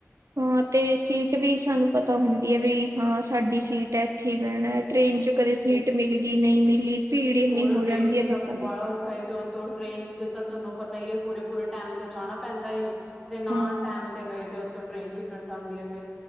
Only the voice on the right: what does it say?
ਹਾਂ ਤੇ ਸੀਟ ਵੀ ਸਾਨੂੰ ਪਤਾ ਹੁੰਦੀ ਹੈ ਵੀ ਹਾਂ ਸਾਡੀ ਸੀਟ ਹੈ ਇੱਥੇ ਹੀ ਬਹਿਣਾ। ਟ੍ਰੇਨ ਚ ਕਦੇ ਸੀਟ ਮਿਲ ਗਈ ਨਹੀਂ ਮਿਲੀ ਭੀੜ ਇੰਨੀ
ਹੋ
ਜਾਂਦੀ
ਹੈ ਲੋਕਾਂ
ਦੀ
ਹਾਂ